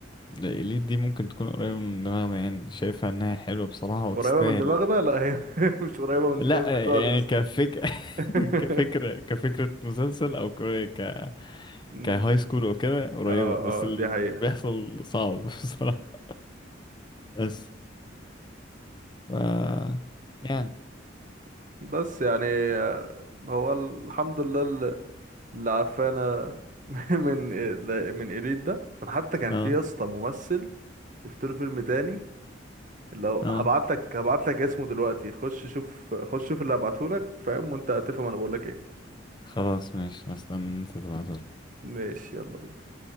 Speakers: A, on the left (about 25°); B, on the right (about 40°).
A: الإليت دي ممكن تكون قريبة من دماغنا يعني شايفها إنها حلوة بصراحة وتستاهل
B: قريبة من دماغنا لا هي <laughs> مش قريبة من
A: لا
B: دماغي خالص
A: يعني كفك <laughs>
B: <laughs>
A: كفكرة كفكرة مسلسل أو كر- ك
B: مم.
A: كهاي سكول أو كده قريبة
B: اه
A: بس
B: اه
A: اللي
B: دي حقيقة
A: بيحصل صعب <laughs> بصراحة بس ف يعني
B: بس يعني آه، هو الحمد لله الل- اللي عافانا <laughs> من ده- من إليت ده من حتى كان
A: اه
B: في يا اسطى ممثل شفت له فيلم تاني لو
A: اه
B: هبعت لك هبعت لك اسمه دلوقتي خش شوف خش شوف اللي هبعته لك فاهم وانت هتفهم انا بقول لك ايه
A: خلاص ماشي هستنى انت تبعتهولي
B: ماشي يلا بينا